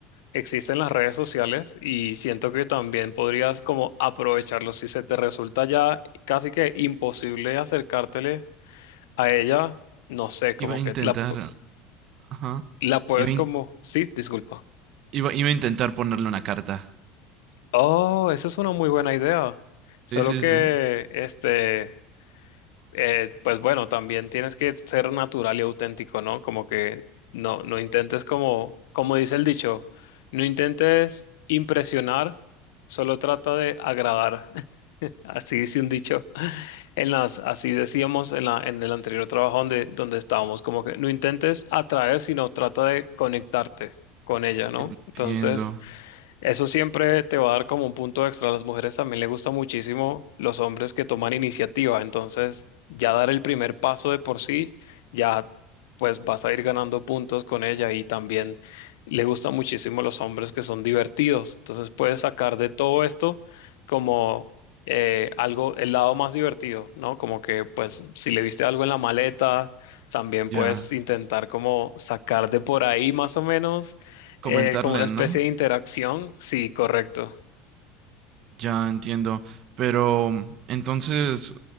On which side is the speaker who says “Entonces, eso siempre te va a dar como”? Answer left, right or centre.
Left